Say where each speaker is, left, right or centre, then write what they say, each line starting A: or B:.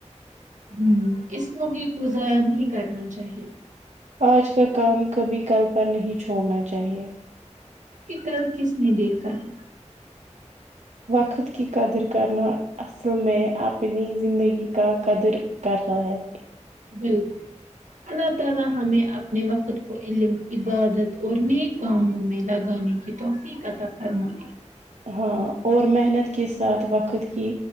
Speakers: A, on the right; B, on the right.
A: ہوں اس موقعے کو ضائع نہیں کرنا چاہیے
B: آج کا کام کبھی کل پر نہیں چھوڑنا چاہیے
A: کہ کل کس نے دیکھا ہے
B: وقت کی قدر کرنا اصل میں اپنی زندگی کا قدر کر نا ہیں
A: بالکل اللہ تعالی ہمیں اپنے وقت کو علم عبادت اور نیک کاموں میں لگانے کی توفیق عطاء فرمائی
B: ہاں اور محنت کے ساتھ وقت کی